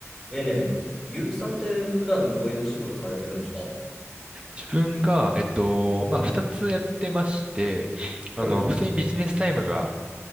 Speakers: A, in the centre; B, on the right.
A: でね、結城さんって普段どういうお仕事されてるんですかは
B: 自分が、えっと、まあ、二つやってまして、あの、
A: い。
B: 普通にビジネスタイムが、